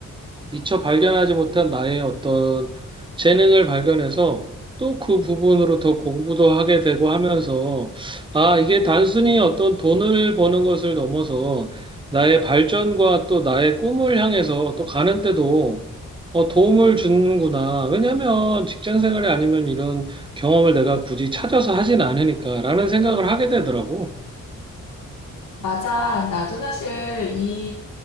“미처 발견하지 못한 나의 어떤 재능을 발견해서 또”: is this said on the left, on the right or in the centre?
Right